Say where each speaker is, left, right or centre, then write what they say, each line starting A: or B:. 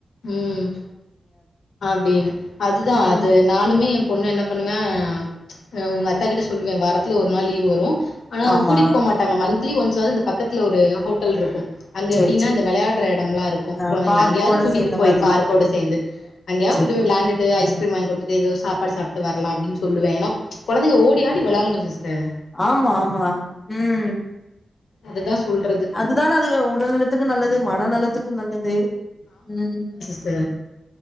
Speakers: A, on the left; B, on the left.
A: ம் அப்டின்னு அதுதான்
B: ம்
A: அது நானுமே பொண்ணு என்ன பண்ணுவேன் உங்க அத்தா கிட்ட சொல்லுவேன் வரத்துல ஒரு நாள் லீவ் வரும் ஆனா
B: ஆமா
A: கூட்டிட்டு போ மாட்டாங்க மந்த்லி ஒன்ஸ் ஆது இந்த பக்கத்துல ஒரு ஹோட்டல் இருக்கும் அங்கே
B: சேரி
A: எப்டின்னா
B: சேரி
A: இந்த விளையாடுற எடம்லாம் இருக்கும்
B: ஆ
A: கொலந்தைங்கல
B: பார்க்கோட
A: அங்கேயாது குட்டிட்டு
B: சேந்த
A: போய்
B: மாதிரி
A: பார்கோட
B: ம்
A: சேர்ந்து அங்கய
B: சேரி
A: கூட்டி போ விழாண்டுட்டு
B: ஓகே
A: ஐஸ்கிரீம்
B: ம்
A: வா ங்கி கொடுத்துட்டு ஏதோ சாப்பாடு சாப்பிட்டு வரலாம் அப்டின் சொல்லுவேன் ஏனா கெழந்தைங்க ஓடி ஆடி விழாடணும் சிஸ்டர்
B: ஆமா ஆமா ம்
A: அதுதா சொல்றது
B: அதுதானே அது உடல் நலத்துக்கு நல்லது மன நலத்துக்கும் நல்லது உம்
A: சா